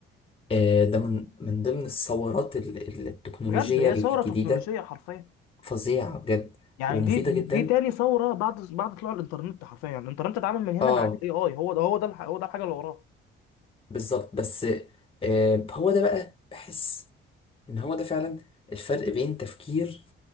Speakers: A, on the left; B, on the left.
A: آه، ده من من ضمن الثورات ال- ال- التكنولوجية
B: بجد هي
A: الجديدة
B: ثوره تكنولوجيه حرفيا
A: فظيعة بجد
B: يعني
A: ومفيدة
B: دي
A: جدا
B: دي تاني ثوره بعد بعد طلوع الانترنت حرفيا الانترنت اتعمل من هنا
A: اه
B: بعد الاي اي هو ده هو ده الح- هو ده الحاجه اللي وراه
A: بالظبط بس آه، هو ده بقى بحس ان هو ده فعلا الفرق بين تفكير